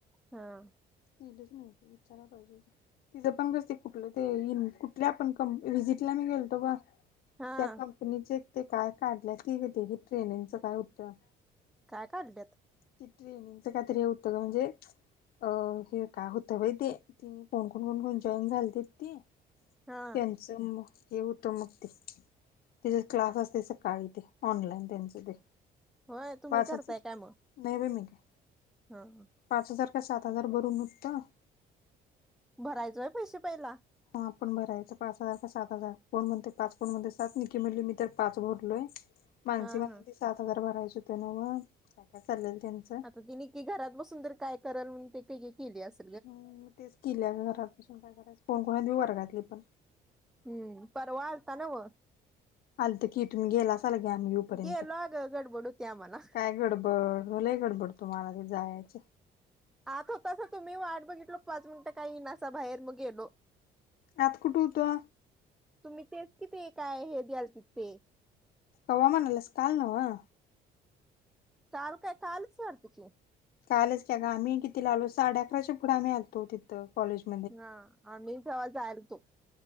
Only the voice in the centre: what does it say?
हा हा
हा
काय काढल्यात?
हा
होय तुम्ही
करताय काय मग?
हा.
भरायचा होय पैसे पहिला.
हा
हा
ती नीकी घरात बसून तर काय कराल म्हणून ते केलतस अस-
हम्म परवा आलता ना व
गेलो अगं गडबड होती आम्हाला
आता होतासा तुम्ही, वाट बघितलो पाच मिनिटं काय येनासा बाहेर मग गेलो.
तुम्ही तेच कि ते काय हे द्यालतित ते.
काल काय कालच वाढतं की.
हा, आमी तवा जायालतो.